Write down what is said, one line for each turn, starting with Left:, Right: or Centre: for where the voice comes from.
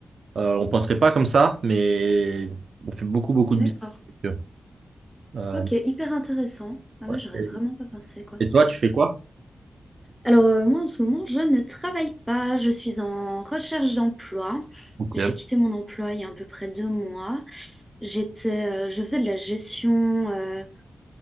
Right: Euh, on penserait pas comme ça, mais on fait beaucoup, beaucoup
Centre: d'accord.
Right: de business avec eux. Euh,
Centre: Ok, hyper intéressant. Ah
Right: ouais.
Centre: ouais, j'aurais
Right: Et
Centre: vraiment pas pensé, quoi.
Right: et toi, tu fais quoi?
Centre: Alors, euh, moi, en ce moment, je ne travaille pas. Je suis en recherche d'emploi.
Right: Ok.
Centre: J'ai quitté mon emploi il y a à peu près deux mois. J'étais, euh, je faisais de la gestion, euh,